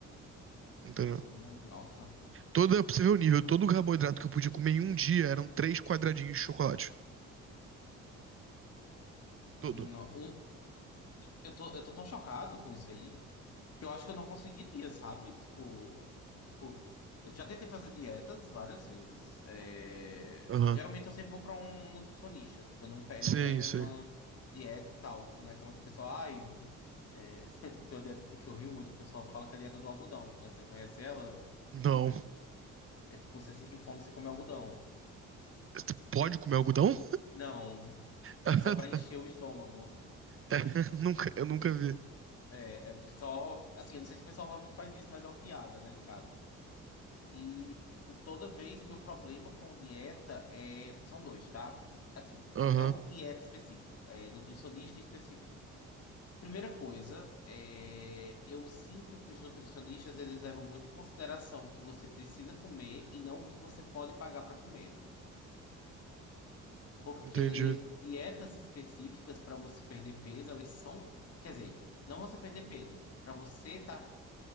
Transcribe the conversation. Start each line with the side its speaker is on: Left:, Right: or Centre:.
Right: entendeu?
Left: Hum, nossa.
Right: Toda, pra você ver o nível, todo o carboidrato que eu podia comer em um dia eram três quadradinhos de chocolate. Todo.
Left: No- um- Eu tô, eu tô tão chocado com isso aí que eu acho que eu não conseguiria, sabe? Tipo, tipo, eu já tentei fazer dietas várias vezes. é,
Right: Aham.
Left: Geralmente eu sempre vou pra um nutricionista. Tipo, eu não pego,
Right: Sim,
Left: eu não pego
Right: sim.
Left: uma dieta e tal. Tipo, não é como o pessoal, ai, é, <laughs> tem uma dieta que eu rio muito, que o pessoal fala que é a dieta do algodão. Tu- Você conhece ela?
Right: Não.
Left: É tipo, você sentir fome, você come algodão.
Right: Você Pode comer algodão?
Left: Não,
Right: <laughs>
Left: é só pra encher o estômago.
Right: É, nunca, eu nunca vi.
Left: É, é só, assim, eu não sei se o pessoal realmente faz isso, mas é uma piada, né, no caso. E, tipo, toda vez meu problema com dieta é... São dois, tá? Pr- Assim,
Right: Aham.
Left: não dieta específico, é nutricionista em específico. Primeira coisa, é... eu sinto que os nutricionistas, eles levam muito em consideração o que você precisa comer e não o que você pode pagar para comer. Porque
Right: Entendi.
Left: dietas específicas para você perder peso, elas são. Quer dizer, não você perder peso, para você estar